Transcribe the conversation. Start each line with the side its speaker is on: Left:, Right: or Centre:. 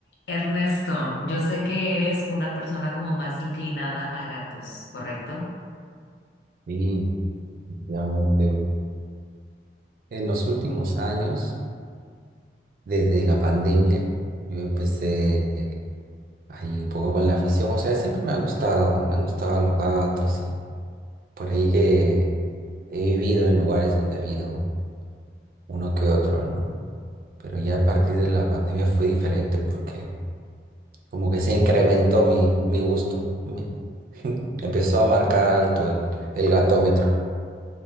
Left: Ernesto, yo sé que eres una persona como más inclinada a gatos, ¿correcto?
Right: Sí, efectivamente. En los últimos años, desde la pandemia, yo empecé eh, ahí un poco con la afición. O sea, siempre me han gustado, me han gustado los gatos y por ahí que he vivido en lugares donde ha habido uno que otro, ¿no? Pero ya a partir de la pandemia fue diferente porque como que se incrementó mi, mi gusto. Me- <laughs> empezó a marcar alto el, el gatómetro.